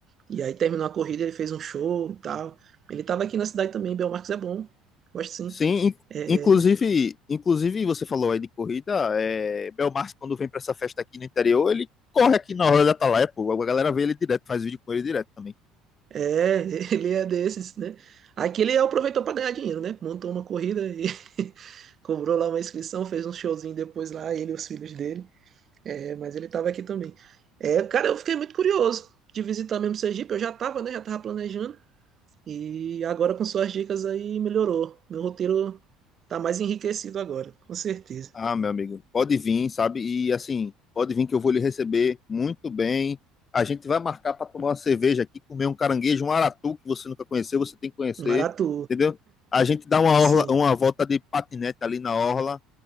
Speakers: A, on the right (about 45°); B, on the left (about 35°).
A: E aí terminou a corrida, ele fez um show e tal. Ele tava aqui na cidade também, Belmarx é bom. Gosto sim.
B: Sim, in-
A: É,
B: inclusive, inclusive você falou aí de corrida, é, Belmarce quando vem pra essa festa aqui no interior, ele corre aqui na hora da Atalaia, pô, a galera vê ele direto, faz vídeo com ele direto também.
A: É, <laughs> ele é desses, né? Aqui ele aproveitou para ganhar dinheiro, né? Montou uma corrida e <laughs> cobrou lá uma inscrição, fez um showzinho depois lá, ele e os filhos dele. É, mas ele tava aqui também. É, cara, eu fiquei muito curioso de visitar mesmo Sergipe. Eu já tava, né? Já tava planejando. E agora com suas dicas aí melhorou. Meu roteiro tá mais enriquecido agora, com certeza.
B: Ah, meu amigo, pode vir, sabe? E assim, pode vir que eu vou lhe receber muito bem. A gente vai marcar pra tomar uma cerveja aqui, comer um caranguejo, um aratu que você nunca conheceu, você tem que conhecer,
A: Maratu,
B: entendeu? A gente dá uma
A: sim,
B: orla- uma volta de patinete ali na orla,